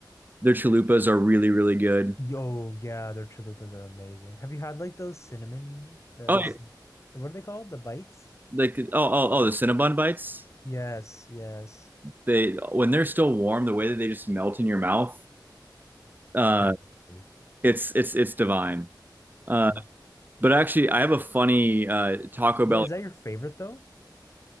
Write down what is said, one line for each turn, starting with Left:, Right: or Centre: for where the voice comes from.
Right: Their chalupas are really, really good.
Left: Yo, yeah, their chalupas are amazing. Have you had like those cinnamon, the
Right: Oh,
Left: the, cin- the what are they called? The bites?
Right: like oh oh oh the Cinnabon bites.
Left: Yes, yes.
Right: They when they're still warm, the way that they just melt in your mouth, uh,
Left: Heavenly.
Right: it's it's it's divine. Uh,
Left: Yeah.
Right: but actually, I have a funny uh, Taco
Left: Wait,
Right: Bell.
Left: is that your favorite though?